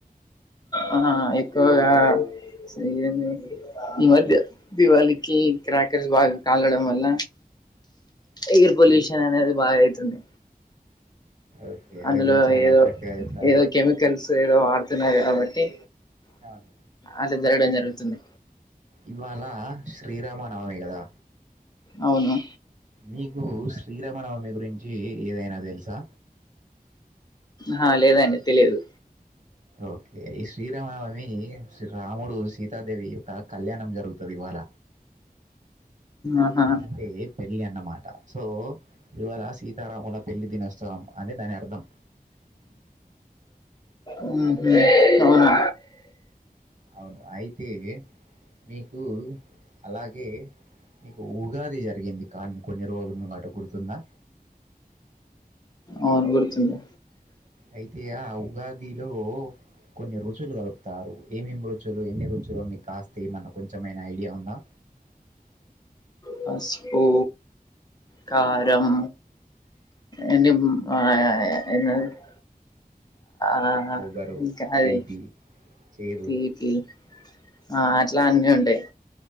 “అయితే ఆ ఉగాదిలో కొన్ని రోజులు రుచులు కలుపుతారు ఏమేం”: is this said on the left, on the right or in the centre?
Right